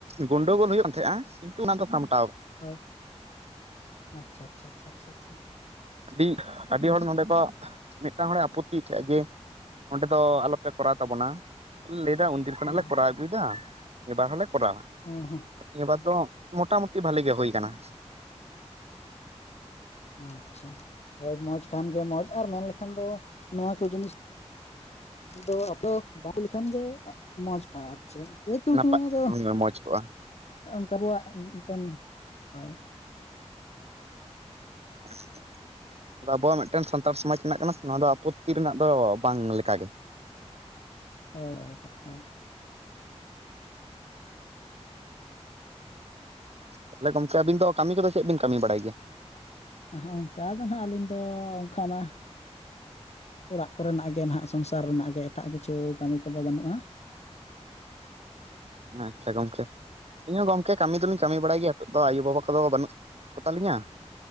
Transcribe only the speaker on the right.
ᱜᱳᱱᱰᱳᱜᱳᱞ ᱦᱳᱭᱳᱜ ᱛᱟᱦᱮᱸᱜ -ᱟ ᱠᱤᱱᱛᱩ ᱚᱱᱟ ᱫᱚ ᱜᱷᱟᱢ ᱾
ᱟᱹᱰᱤ ᱟᱹᱰᱤ ᱦᱚᱲ ᱱᱚᱰᱮ ᱠᱚ, ᱢᱤᱫᱴᱟᱝ ᱦᱚᱲᱮ ᱟᱯᱚᱛᱤᱭ ᱠᱟᱜᱼᱟ ᱡᱮ ᱱᱚᱸᱰᱮ ᱫᱚ ᱟᱞᱚᱯᱮ ᱠᱚᱨᱟᱣ ᱛᱟᱵᱚᱱᱟ, ᱞᱟᱹᱭᱫᱟ ᱤᱨ ᱠᱷᱚᱱᱟᱜ
ᱞᱮ ᱠᱚᱨᱟᱣ ᱟᱹᱜᱩᱭᱮᱫᱟ ᱮᱵᱟᱨ ᱦᱚᱞᱮ ᱠᱚᱨᱟᱣᱟ,
ᱱᱤᱭᱟᱹᱵᱟᱨ ᱫᱚ ᱢᱳᱚᱴᱟᱢᱩᱴᱤ ᱵᱷᱟᱞᱤ ᱜᱮ ᱦᱩᱭ ᱟᱠᱟᱱᱟ᱾
ᱱᱟᱯᱟᱭ
ᱢᱚᱸᱡᱽ ᱠᱚᱜᱼᱟ
<unintelligible> ᱟᱵᱚᱣᱟᱜ ᱢᱮᱫᱴᱮᱱ ᱥᱟᱱᱛᱟᱲ ᱥᱚᱢᱟᱡᱽ ᱨᱮᱱᱟᱜ ᱠᱟᱱᱟ ᱥᱮ ᱱᱚᱣᱟ ᱫᱚ ᱟᱯᱚᱛᱛᱤ ᱨᱮᱱᱟᱜ ᱫᱚ ᱵᱟᱝ ᱞᱮᱠᱟ ᱜᱮ᱾
ᱛᱟᱦᱚᱞᱮ ᱜᱚᱝᱠᱮ ᱟᱹᱵᱤᱱ ᱫᱚ ᱠᱟᱹᱢᱤ ᱠᱚᱫᱚ ᱪᱮᱫ ᱵᱤᱱ ᱠᱟᱹᱢᱤ ᱵᱟᱲᱟᱭ ᱜᱮᱭᱟ?
ᱟᱪᱪᱷᱟ ᱜᱚᱝᱠᱮ, ᱤᱧ ᱦᱚᱸ ᱜᱚᱝᱠᱮ ᱠᱟᱹᱢᱤ ᱫᱚᱞᱤᱧ ᱠᱟᱹᱢᱤ ᱵᱟᱲᱟᱭ ᱜᱮᱭᱟ ᱱᱤᱛᱚᱜ ᱫᱚ ᱟᱭᱩ ᱵᱟᱵᱟ ᱠᱚᱫᱚ ᱵᱟᱹᱱᱩᱜ ᱠᱚᱛᱟᱞᱤᱧᱟ,